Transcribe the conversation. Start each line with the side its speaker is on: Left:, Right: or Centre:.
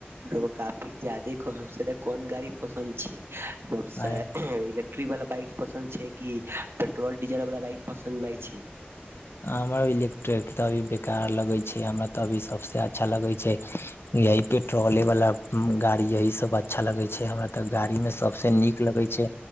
Right: रउवा काफी जादे सब जादा कोन गाड़ी पसन्द छी। मोटर सा
Left: अरे
Right: इले ट्री वाला बइक पसंद छै कि पेट्रोल-डीजल वाला बइक पसन्द भइ छी।
Left: हमरा इलेक्ट्रिक तऽ अभी बेकार लगै छै, हमरा तऽ अभी सबस अच्छा लगै छै यही पेट्रोले वाला गाड़ी यही सब अच्छा लगै छै, हमरा तऽ गाड़ी मे सबस नीक लगै छै